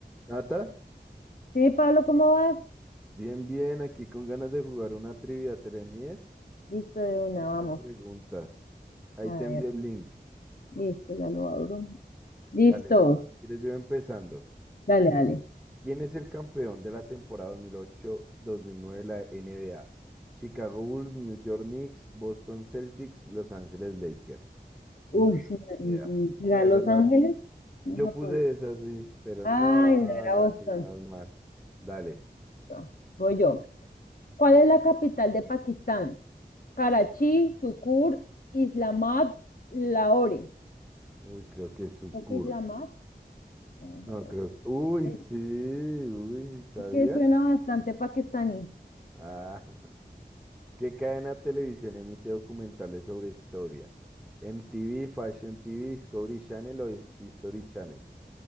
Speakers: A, in the centre; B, on the left.
A: Nata,
B: Sí, Pablo, ¿cómo vas?
A: bien, bien, aquí con ganas de jugar una trivia, ¿te le mides?
B: Listo de una,
A: Y
B: vamos.
A: te preguntas. Ahí
B: A
A: te
B: ver,
A: envié el link.
B: listo, ya lo abro. Listo.
A: Dale, ¿quieres yo empezando?
B: Dale, dale.
A: ¿Quién es el campeón de la temporada 2008-2009 de la NBA? Chicago Bulls, New York Knicks, Boston Celtics, Los Ángeles Lakers.
B: Uy,
A: Uy, no,
B: sí, mm,
A: ni idea.
B: mm, ¿era
A: No, esa
B: Los
A: la...
B: Ángeles? No,
A: Yo
B: Japón.
A: puse esa, sí, pero
B: Ay,
A: no,
B: no era
A: la
B: Boston.
A: tenemos mal. Dale.
B: No, voy yo. ¿Cuál es la capital de Pakistán? Karachi, Sukkur, Islamabad, Lahore.
A: Uy, creo que es Sucur.
B: Creo que Islamabad. Vamos
A: No,
B: a ver.
A: creo... Uy,
B: Es,
A: sí, uy, ¿sabías?
B: es que suena bastante pakistaní.
A: Ah, <laughs> ¿qué cadena de televisión emite documentales sobre historia? MTV, Fashion TV, Discovery Channel o History Channel.